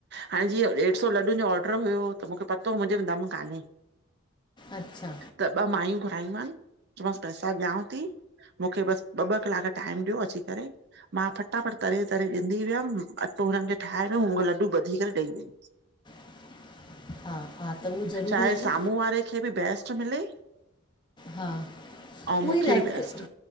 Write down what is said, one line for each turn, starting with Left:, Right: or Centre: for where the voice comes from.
Right: हाणे जीअं ॾेढ सौ लॾुनि जो ऑडर हुयो त मूंखे पतो मुंहिंजे दम कान्हे
Left: अच्छा
Right: त ॿ मायूं घुरायूं मान <unintelligible> ॾियांव थी, मूंखे बस ॿ ॿ क्लास टाइम ॾियो अची करे मां फटाफट तरे तरे ॾ कठी वियमि अटो हुननि खे ठाहे ॾिनम हू लॾूं ॿधी करे ॾेई वई।
Left: <inaudible> त उहो ज़रूरी
Right: चाहे
Left: आहे
Right: साम्हूं
Left: न
Right: वारे खे बि बैस्ट मिले
Left: हा
Right: ऐं मूंखे
Left: उहो ई न
Right: बि
Left: हिकु
Right: बैेस्ट